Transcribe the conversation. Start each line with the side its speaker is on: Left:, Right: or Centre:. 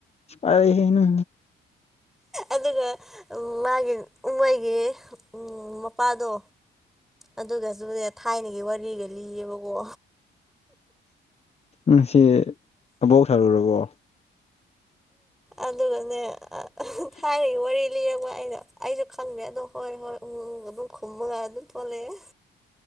Left: ꯑꯔꯦ ꯍꯅ
Centre: ꯑꯗꯨꯒ ꯃꯥꯒꯤ ꯎꯍꯩꯒꯤ ꯃꯄꯥꯗꯣ ꯑꯗꯨꯒꯁꯨꯅꯦ ꯊꯥꯏꯅꯒꯤ ꯋꯥꯔꯤꯒ ꯂꯤꯌꯦꯕꯀꯣ
Left: ꯑꯁ ꯁꯤ ꯑꯕꯧ ꯊꯔꯔꯕꯣ
Centre: ꯑꯗꯨꯒꯅꯦ
Left: ꯎꯝ
Centre: ꯊꯥꯏꯅꯒꯤ ꯋꯥꯔꯤ ꯂꯤꯔꯒ ꯑꯩꯩꯅ ꯑꯩꯁꯨ ꯈꯪꯗꯦ ꯑꯗꯣ ꯍꯣꯏ ꯍꯣꯏ ꯎꯃꯪ ꯑꯗꯨꯝ ꯈꯨꯝꯃꯒ ꯑꯗꯨꯝ ꯊꯣꯛꯂꯛꯑꯦ